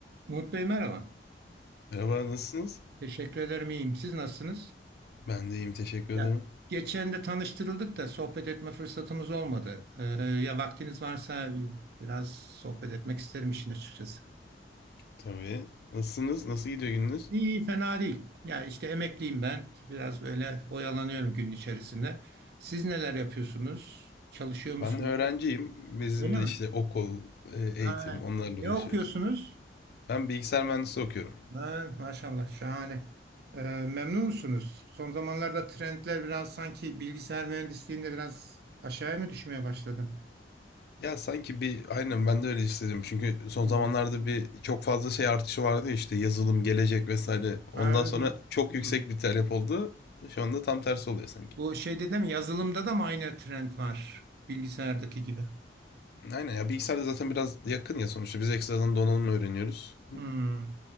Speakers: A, on the right; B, on the left.
A: Umut Bey merhaba.
B: Merhaba, nasılsınız?
A: Teşekkür ederim iyiyim. Siz nasılsınız?
B: Ben de iyiyim, teşekkür
A: Ya
B: ederim.
A: geçen de tanıştırıldık da sohbet etme fırsatımız olmadı. Ee, ya vaktiniz varsa biraz sohbet etmek isterim işin açıkçası.
B: Tabii. Nasılsınız? Nasıl gidiyor gününüz?
A: İyi, fena değil. Ya işte emekliyim ben. Biraz böyle oyalanıyorum günün içerisinde. Siz neler yapıyorsunuz? Çalışıyor musunuz?
B: Ben de öğrenciyim. Bizim
A: Öyle
B: de
A: mi?
B: işte okul, e, eğitim,
A: Ha,
B: onlarla
A: ne
B: uğraşıyoruz.
A: okuyorsunuz?
B: Ben bilgisayar mühendisliği okuyorum.
A: Ha, maşallah şahane. Ee, memnun musunuz? Son zamanlarda trendler biraz sanki bilgisayar mühendisliğinde biraz aşağıya mı düşmeye başladı?
B: Ya sanki bir, aynen ben de öyle istedim. Çünkü son
A: Hmm.
B: zamanlarda bir çok fazla şey artışı vardı ya işte yazılım, gelecek vesaire.
A: Ha,
B: Ondan
A: biz
B: sonra
A: de-
B: çok yüksek
A: Hmm.
B: bir talep oldu. Şu anda tam tersi oluyor sanki.
A: Bu şeyde de mi yazılımda da mı aynı trend var bilgisayardaki gibi?
B: Aynen ya bilgisayarda zaten biraz yakın ya sonuçta. Biz ekstradan donanım öğreniyoruz.
A: Hmm.